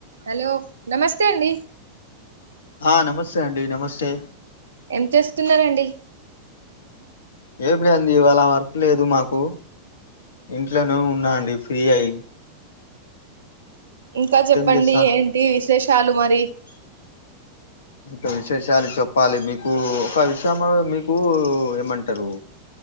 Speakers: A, on the right; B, on the left.
A: Hello నమస్తే అండి
B: ఆ నమస్తే అండి నమస్తే
A: ఎం చేస్తున్న రండి
B: ఏం లేదండి ఇవ్వాళ వర్క్ లేదు మాకు ఇంట్లోనే ఉన్నా అండి ఫ్రీగై
A: ఇంకా చెప్పండి
B: చేస్తారు
A: ఏంటి విశేషాలు మరి
B: ఇంకా విశేషాలు చెప్పాలి మీకూ ఒక విషయంలో మీకూ ఏమంటరు